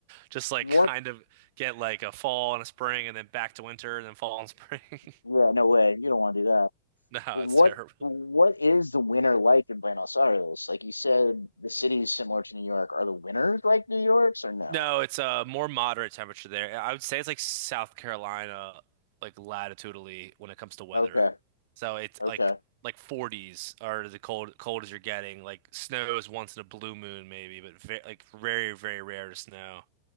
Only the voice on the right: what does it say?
just like
kind of get like a fall and a spring and then back to winter and then fall and spring. <laughs>
No,
it's terrible.
No, it's a more moderate temperature there. I would say it's like South Carolina, like latitudinally when it comes to weather.
So it's
like like 40s are the cold cold as you're getting. Like snow is once in a blue moon maybe, but very, like very very rare to snow.